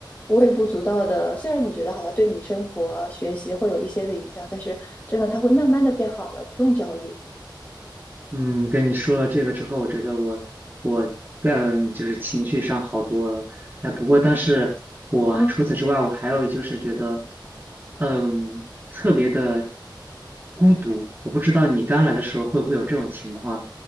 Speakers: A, on the left; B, on the right.
A: 微不足道的。虽然你觉得好像对你生活、学习会有一些的影响，但是真的它会慢慢的变好的，不用焦虑。
B: 嗯，跟你说了这个之后，我觉得我我嗯就是情绪上好多了。哎，不过但是我除此之外，
A: 嗯，
B: 我还有就是觉得，嗯，特别的孤独。我不知道你刚来的时候会不会有这种情况，